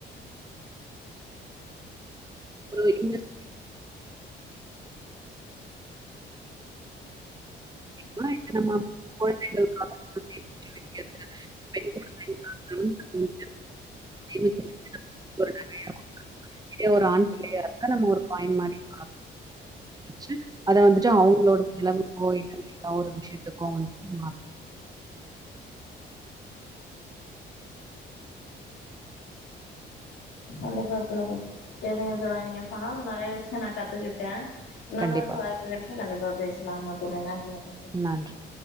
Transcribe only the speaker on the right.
ஒரு இன்வெஸ் மா இங்க நல்ல கெழந்தைகளுக்காக <unintelligible> குழந்தைகளுக்கா இருந்தாலும் வந்துட்டு சேமிச்சு வைக்கிறது ஒரு நகையா இதே ஒரு ஆண் பிள்ளையா இருந்த நம்ம ஒரு காயின் மாரி <inaudible> வச்சு அத வந்துட்டு அவுங்களோட செலவுக்கோ இல்ல எதோ ஒரு விஷயத்துக்கோ வந்துட் மா
கண்டிப்பா.
நன்றி